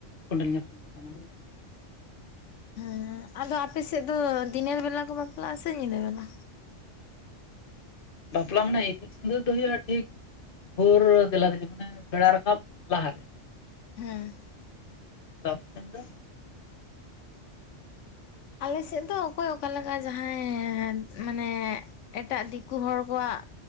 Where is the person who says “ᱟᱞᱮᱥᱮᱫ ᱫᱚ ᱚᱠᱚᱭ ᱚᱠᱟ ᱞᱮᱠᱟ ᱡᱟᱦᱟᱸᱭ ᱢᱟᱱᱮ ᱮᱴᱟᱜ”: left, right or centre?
Left